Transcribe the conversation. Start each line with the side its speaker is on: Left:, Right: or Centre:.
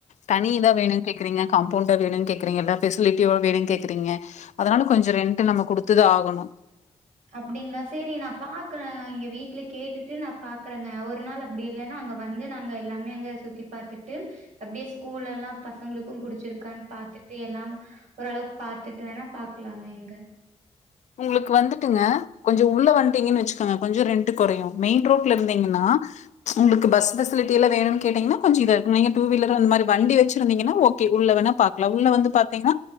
Left: தனி இதா வேணுன் கேக்குறீங்க காம்பௌண்டா வேணுன் கேக்குறீங்க எல்லா ஃபெசிலிட்டியோட வேணுன் கேக்குறீங்க அதனால கொஞ்சொ ரெண்ட்டு நம்ம குடுத்து தா ஆகணு
Right: அப்டிங்ளா சேரி நா பாக்குற இங்க வீட்ல கேட்டுட்டு நா பாக்குறேங்க ஒரு நாள் அப்டி இல்லன்னா அங்க வந்து நாங்க எல்லாமே அங்க சுத்தி பாத்துட்டு அப்டியே ஸ்கூல் எல்லா பசங்களுக்கு புடிச்சிருக்கான் பாத்துட்டு எல்லா ஒரளவுக்கு பாத்துட்டு வேணா பாக்லாங்க இங்க
Left: உங்ளுக்கு வந்துட்டுங்க கொ ஞ்சோ உள்ள வன்ட்டிங்கனு வச்சுக்கங்க கொஞ்சோ ரெண்ட்டு கொறையு மெயின் ரோட்ல இருந்தீங்கன்னா உங்ளுக்கு பஸ் ஃபெசிலிட்டி எல்லா வேணுன் கேட்டீங்னா கொஞ்சோ இதா நீங்க டூ வீலர் அந்த மாரி வண்டி வெச்சிருந்தீங்கன்னா ஓகே உள்ள வேணாப் பாக்லா உள்ள வந்து பாத்தீங்ன்னா